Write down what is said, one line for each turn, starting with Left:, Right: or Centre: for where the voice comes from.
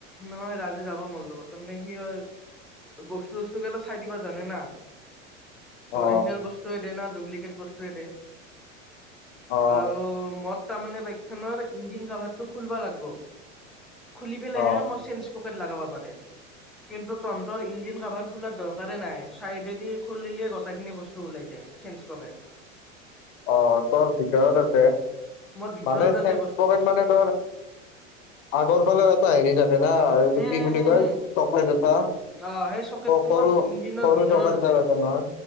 Centre: নহয় ৰাজে যাব মোৰ লগত তাৰমানে সি হয় বস্তু বস্তু গিলা চাই দিবা জানে না।
Left: অ
Centre: অৰিজিনেল বস্তুৱে দে না ডুপ্লিকেট বস্তুৱে দে
Left: অ
Centre: আৰু মদ তাৰ মানে বাইক খনৰ ইঞ্জিন কভাৰ টো খুলবা লাগব। খুলি পেলাহে
Left: অ
Centre: মোৰ চেন‌ স্পকেট লগাব পাৰে। কিন্তু তহঁতৰ ইঞ্জিন কাভাৰ খোলাৰ দৰকাৰে নাই চাইডেদি খুলিলে গোটেইখিনি বস্তু ওলাই যায়। চেন্ঞ্চ পকেট
Left: <unintelligible> অ তোৰ ভিতৰত আছে
Centre: মোৰ ভিতৰত
Left: মানে চেন
Centre: আছে
Left: ইচপকেত
Centre: বস্তুটো
Left: মানে তোৰ আগৰ ফালেও এটা হেৰি থাকে না এইটো
Centre: উম উম
Left: কি বুলি
Centre: উম
Left: কয়
Centre: উম
Left: চকেট এটা
Centre: অ সেই চকেতটো
Left: সৰু
Centre: মোৰ ইঞ্জিনৰ
Left: সৰু
Centre: ভিতৰত
Left: চকেট
Centre: আছে
Left: এটা থাকে নহয়